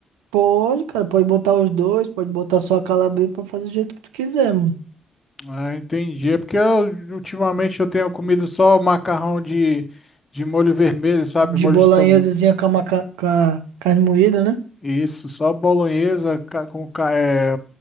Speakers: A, on the right; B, on the left.
A: Pode, cara, pode botar os dois, pode botar só a calabresa pra fazer do jeito que tu quiser, mano.
B: Ah, entendi. É porque eu, ultimamente eu tenho comido só macarrão de, de molho vermelho, sabe?
A: De
B: Molho
A: bolonhesazinha
B: de tomate.
A: com uma ca- com a carne moída, né?
B: Isso, só bolonhesa ca- com ca- é,